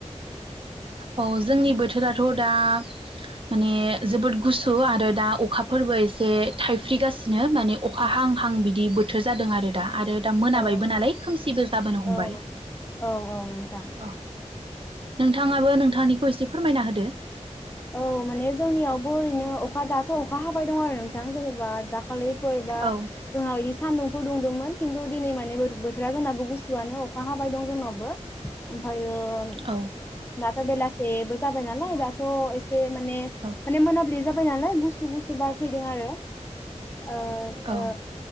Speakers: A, on the right (about 45°); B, on the left (about 20°).
A: औ जोंनि बोथोराथ' दा माने जोबोद गुसु आरो दा अखाफोरबो एसे थाइफ्रिगासिनो माने अखा हां हां बिदि बोथोर जादों आरो दा आरो दा मोनाबायबो
B: औ
A: नालाय खोमसिबो जाबोनो हमबाय
B: औ औ औ नोंथां
A: औ नोंथाङा बो नोंथांनिखौ एसे फोरमायना होदो।
B: औ माने जोंनियावबो ओरैनो दाथ' अखा हाबाय दं आरो नोंथां जेनेबा दाखालै फोरबा
A: औ
B: जोंनाव सान्दुंफोर दुंदोंमोन खिन्थु दिनै माने बो-बोथोरा जोंनाबो गुसुआनो अखा हाबाय दं जोंनावबो ओमफ्रायो ओं
A: औ
B: दाथ' बेला सेबो जाबाय नालाय दाथ' ए से माने
A: औ
B: माने मोनाबिलि जा बाय नालाय गुसु गुसु बारफैदोंआरो। ओ
A: औ
B: ओ